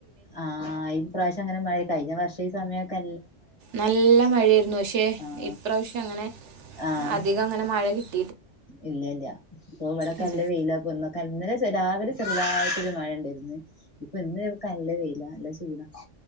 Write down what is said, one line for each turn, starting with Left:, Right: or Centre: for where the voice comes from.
Left: ആഹ് ഈ പ്രാവശ്യം അങ്ങനെ മഴ കഴിഞ്ഞ വർഷ ഈ സമയംൊക്കെ
Right: നല്ല മഴയായിരുന്നു പക്ഷെ
Left: ആഹ്
Right: ഇപ്രാവശ്യം അങ്ങനെ
Left: ആഹ്
Right: അധികം അങ്ങനെ മഴ കിട്ടി
Left: ഇല്ല ഇല്ല ഇപ്പ ഇവിടെൊക്കെ
Right: ഉം
Left: നല്ല വെയിലാപ്പൊന്ന് ഇന്നലെ രാവിലെ ചെറുതായിട്ടൊരു മഴയ ഉണ്ടായിരുന്നു ഇപ്പൊ ഇന്ന് വക്ക നല്ല പെയില നല്ല ചൂടാ